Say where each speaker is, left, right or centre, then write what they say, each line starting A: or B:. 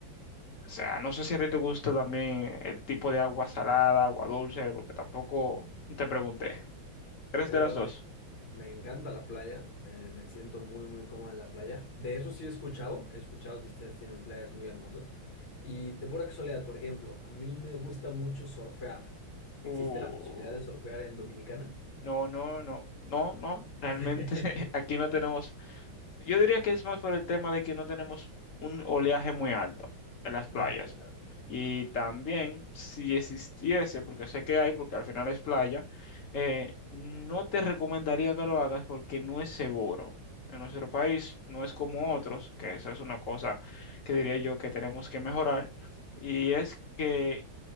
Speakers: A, on the left; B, on the left.
A: O sea, no sé si a ti te gusta también el tipo de agua salada, agua dulce, porque tampoco te pregunté. ¿Eres
B: A mí
A: de
B: la
A: las
B: verdad
A: dos?
B: me, me encanta la playa, me, me siento muy muy cómodo en la playa. De eso sí he escuchado, he escuchado que ustedes tienen playas muy hermosas. Y de pura casualidad, por ejemplo, a mí me gusta mucho surfear. ¿Existe
A: Uh,
B: la posibilidad de surfear en Dominicana?
A: no, no, no, no, no. Realmente
B: <laughs>
A: <laughs> aquí no tenemos Yo diría que es más por el tema de que no tenemos un oleaje muy alto en las playas.
B: Ah, claro.
A: Y también, si existiese, porque sé que hay, porque al final es playa, eh, no te recomendaría que lo hagas porque no es seguro. En nuestro país no es como otros, que eso es una cosa que diría yo que tenemos que mejorar. Y es que